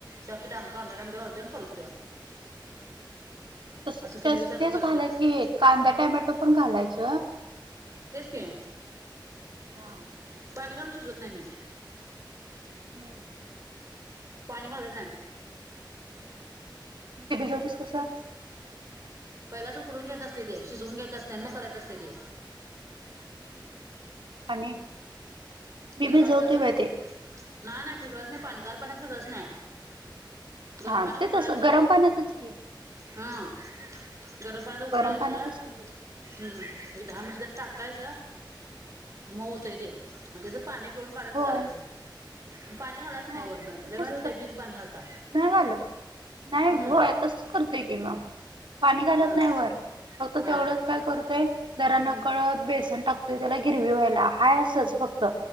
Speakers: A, on the right; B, on the right.
A: जास्त टाइम कांदा टोमॅटो घालतोय आणि परततोय
B: तस
A: असं गिरवीसारखं
B: तेच
A: करत
B: घालायच
A: नाही
B: की कांदा टोमॅटो पण घालायच
A: तेच की
B: हा
A: पाणी घालून शिजवत नाय मी
B: हू
A: पाणी घालत नाही
B: ते भिजवतीस कसं
A: पहिलाच उकडून घ्यायच असते ते शीजवून घ्यायचं असते आणि मग कराच असते ते.
B: आणि मी
A: पहिला
B: भिजवते
A: काय करायचं
B: बाई ते.
A: नाही नाही भिजवाच नाही पाणी गार पाणी भिजवायंच नाही. गरम
B: हा
A: पाण्यात
B: ते
A: उकळायचं
B: तसं गरम पाण्यातच की.
A: हा. गरम पाण्यात उकळायच.
B: गरम पाण्यातच की भिजव
A: हम्म एक दहा मिनिटं त्यात टाकायच मऊतय रे. आणि तेच पाणी पिऊून काढायंच
B: होय
A: आणि करायचं. पाणी घालायचं
B: हा
A: नाही वरण
B: तसच
A: लयभारी होते
B: करते
A: बिन पाणी घालता.
B: नाही घालत नाही
A: हम्म
B: हो आताच करतोय कि म पाणी घालत
A: हा
B: नाही वर फक्त
A: हा
B: तेवढंच काय करतोय. दरांना
A: हम्म
B: कळत बेसन टाकतोय त्याला गिरवी व्हायला हय असंच फक्त